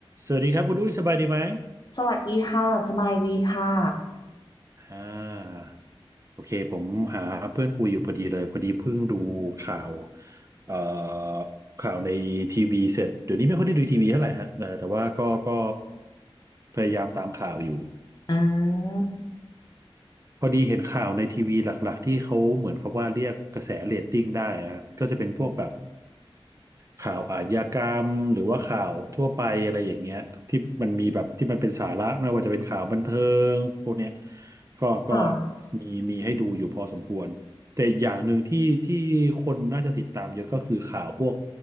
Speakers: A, on the right; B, on the left.
A: สวัสดีครับคุณอุ้ยสบายดีไหม
B: สวัสดีค่ะสบายดีค่ะ
A: อ่าโอเคผมหาเพื่อนคุยอยู่พอดีเลยพอดีเพิ่งดูข่าวเอ่อข่าวในทีวีเสร็จเดี๋ยวนี้ไม่ค่อยได้ดูทีวีเท่าไหร่ฮะแต่แต่ว่าก็ก็พยายามตามข่าวอยู่
B: อืม
A: พอดีเห็นข่าวในทีวีหลักๆที่เขาเหมือนเขาว่าเรียกกระแสเรตติ้งได้อะฮะก็จะเป็นพวกแบบ ข่าวอาชญากรรมหรือว่าข่าวทั่วไปอะไรอย่างเงี้ยที่มันมีแบบที่มันเป็นสาระไม่ว่าจะเป็นข่าวบันเทิงพวกเนี้ยก็ก็
B: ค่ะ
A: มีมีให้ดูอยู่พอสมควรแต่อย่างหนึ่งที่ที่คนน่าจะติดตามเยอะก็คือข่าวพวก